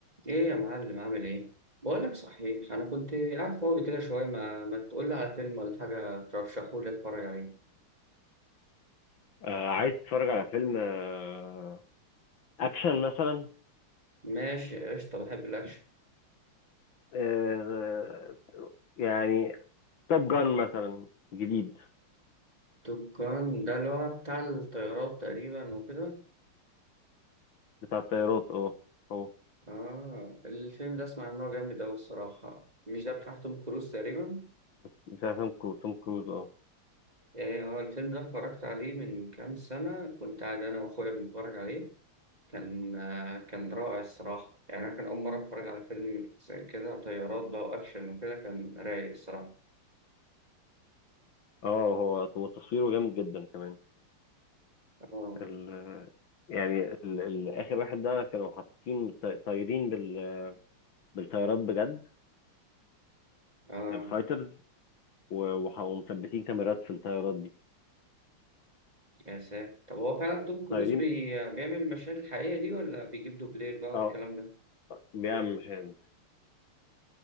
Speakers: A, on the right (about 20°); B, on the left (about 65°).
A: ايه يا معلم عامل ايه بقول لك صحيح انا كنت قاعد فاضي كده شويه ما ما تقول لي على فيلم ولا حاجه ترشحه لي اتفرج عليه
B: آه عايز تتفرج على فيلم آه اكشن مثلا
A: ماشي قشطه بحب الاكشن
B: آه يعني توب جان مثلا جديد
A: توب جان ده اللي هو بتاع الطيارات تقريبا وكده
B: بتاع الطيارات اه اه
A: اه الفيلم ده اسمع ان هو جامد اوي الصراحه مش ده بتاع توم كروز تقريبا
B: بتاع توم كرو- توم كروز اه
A: ايه هو الفيلم ده اتفرجت عليه من كام سنه كنت قاعد انا واخويا بنتفرج عليه كان آه، كان رائع الصراحه يعني انا كان اول مره اتفرج على فيلم زي كده طيارات بقى واكشن وكده كان رايق الصراحه
B: اه هو هو تصويره جامد جدا كمان
A: اه
B: ال يعني ال ال اخر واحد ده كانوا حاطين طي- طايرين بال بالطيارات بجد
A: اه
B: الفايترز و- وح- ومثبتين كاميرات في الطيارات دي
A: يا ساتر طب هو فعلا توم كروز
B: طايرين
A: بي... بيعمل المشاهد الحقيقية دي ولا بيجيب دوبلير بقى
B: اه
A: والكلام ده؟
B: بيعمل مشاهد